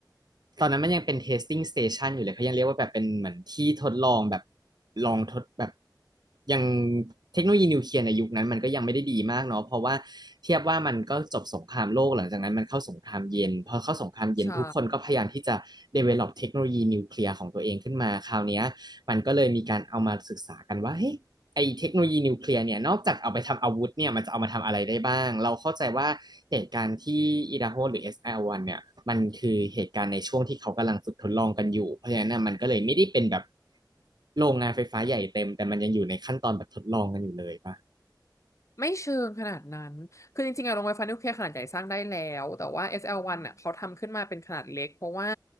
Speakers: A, on the right; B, on the left.
A: ตอนนั้นมันยังเป็น testing station อยู่เลยเขายังเรียกว่าแบบเป็นเหมือนที่ทดลองแบบลองทดแบบยังเทคโนโลยีนิวเคลียร์ในยุคนั้นมันก็ยังไม่ได้ดีมากเนาะเพราะว่าเทียบว่ามันก็จบสงครามโลกหลังจากนั้นมันเข้าสงครามเย็นพอเข้าสงครามเย็นทุกคนก็พยายามที่จะ
B: ใช่
A: develop เทคโนโลยีนิวเคลียร์ของตัวเองขึ้นมาคราวเนี้ยมันก็เลยมีการเอามาศึกษากันว่าเฮ้ย ไอเทคโนโลยีนิวเคลียร์เนี่ยนอกจากเอาไปทำอาวุธเนี่ยมันจะเอามาทำอะไรได้บ้างเราเข้าใจว่าเหตุการณ์ที่อิดาโฮหรือ SR1 เนี่ยมันคือเหตุการณ์ในช่วงที่เขากำลังฝึกทดลองกันอยู่เพราะฉะนั้น่ะมันก็เลยไม่ได้เป็นแบบโรงงานไฟฟ้าใหญ่เต็มแต่มันยังอยู่ในขั้นตอนแบบทดลองกันอยู่เลยปะ
B: ไม่เชิงขนาดนั้น คือจริงๆอะโรงไฟฟ้านิวเคลียร์ขนาดใหญ่สร้างได้แล้ว แต่ว่า SL1 อสแอลวันอ่ะเขาทำขึ้นมาเป็นขนาดเล็กเพราะว่า